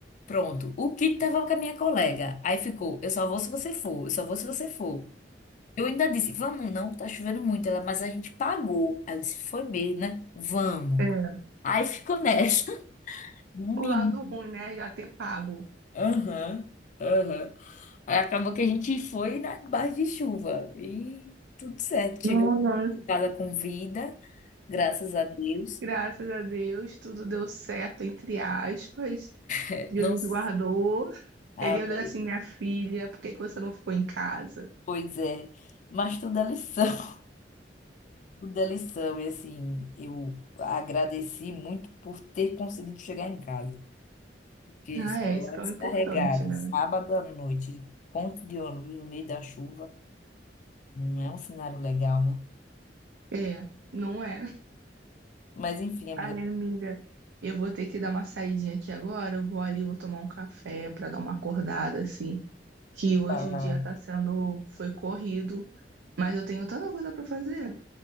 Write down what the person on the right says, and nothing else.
É.
O lado ruim, né? Já ter pago.
Nossa.
Graças a Deus, tudo deu certo, entre aspas.
Jesus
guardou. Ele
olhou assim, minha filha, por que que você não ficou em casa?
Ah,
é, isso que
é o importante, né?
É, não é.
Ai, amiga, eu vou ter que dar uma saidinha aqui agora. Eu vou ali, vou tomar um café pra dar uma acordada, assim. que hoje
o dia tá sendo, foi corrido, mas eu tenho tanta coisa pra fazer.